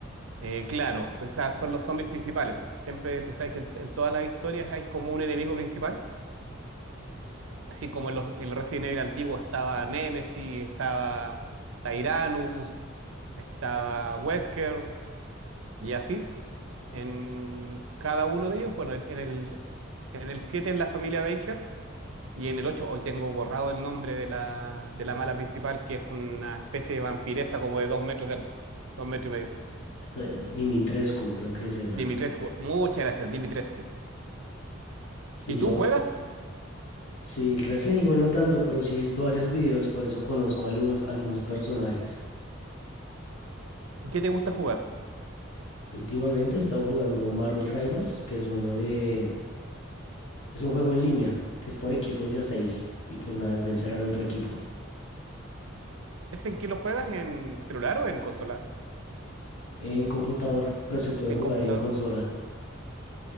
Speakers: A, on the right; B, on the left.
A: eh, claro, o sea, son los zombies principales. Siempre tú sabes que en, en todas las historias hay como un enemigo principal, así como en los, el Resident Evil antiguo estaba Nemesis, estaba Tyrannus, estaba Wesker, y así. En cada uno de ellos, bueno, en en el, en el 7 es la familia Baker Y en el 8 hoy tengo borrado el nombre de la, de la mala principal, que es una especie de vampiresa como de dos metros de alto, dos metros y medio.
B: Eh, Dimitrescu, creo que es esa.
A: Dimitrescu, muchas gracias, Dimitrescu.
B: Sí,
A: ¿Y
B: yo,
A: tú juegas?
B: sí, recién Evil no tanto, pero sí he visto varios videos, por eso conozco a los, algunos personajes.
A: ¿Y qué te gusta jugar?
B: Últimamente he estado jugando Marvel Rivals, que es uno de... Es un juego en línea, que es por equipos de a 6. Y pues nada, es vencer al otro equipo.
A: ¿Es en qué lo juegas? ¿En celular o en consola?
B: En computador, pero se puede
A: ¿En
B: jugar
A: computador?
B: en consola.